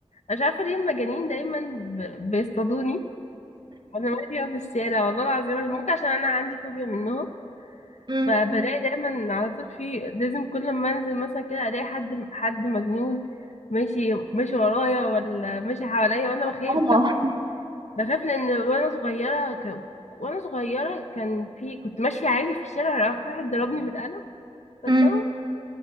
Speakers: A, on the left; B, on the right.
A: مش عارفه ليه المجانين دايما ب- بيصطادوني وانا ماشيه في الشارع والله العظيم عشان- ممكن عشان انا عندي فوبيا منهم
B: مم.
A: فبلاقي دايما على طول في لازم كل ما انزل مثلا كده الاقي حد حد مجنون ماشي ماشي ورايا ولا ماشي حواليا وانا بخاف
B: ماما
A: بقى بخاف لان وانا صغيره ك... وانا صغيره كان في كنت ماشيه عادي في الشارع راح واحد ضربني بالقلم فالله
B: امم